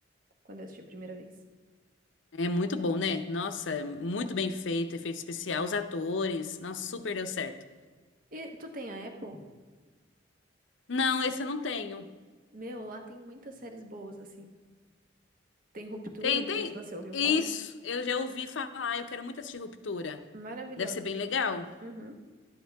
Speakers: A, on the right; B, on the left.
A: quando eu assisti a primeira vez.
B: É muito bom, né? Nossa, muito bem feito, efeito especial, os atores. Nossa, super deu certo.
A: E tu tem a Apple?
B: Não, esse eu não tenho.
A: Meu, lá tem muitas séries boas, assim. Tem Ruptura,
B: Tem,
A: não
B: tem.
A: sei se você ouviu
B: Isso,
A: falar.
B: eu já ouvi falar. Eu quero muito assistir Ruptura.
A: Maravilhosa
B: Deve ser
A: a
B: bem
A: série.
B: legal.
A: Uhum.